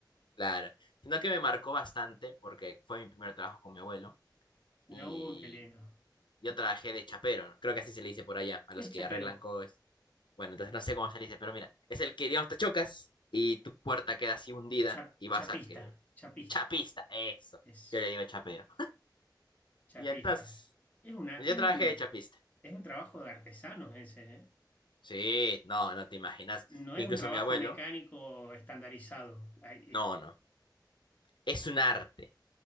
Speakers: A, on the left; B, on the left.
A: claro, sino que me marcó bastante porque fue mi primer trabajo con mi abuelo
B: No,
A: y
B: qué lindo.
A: yo trabajé de chapero, ¿no? Creo que así se le dice por allá, a
B: ¿Qué
A: los
B: es
A: que
B: chapero?
A: arreglan cosas Bueno, entonces no sé cómo se dice, pero mira, es el que, digamos, te chocas y tu puerta queda así hundida
B: Chap-
A: y vas
B: chapista,
A: a que...
B: chapista.
A: Chapista, eso.
B: Es
A: Yo le digo chapero.
B: chapista.
A: Y entonces,
B: Es una,
A: pues
B: es
A: yo trabajé
B: un,
A: de chapista.
B: es un trabajo de artesanos ese, ¿eh?
A: Sí, no, no te imaginas.
B: No
A: Incluso
B: es un trabajo
A: mi abuelo,
B: mecánico estandarizado. Hay- eh,
A: no, no. Es un arte.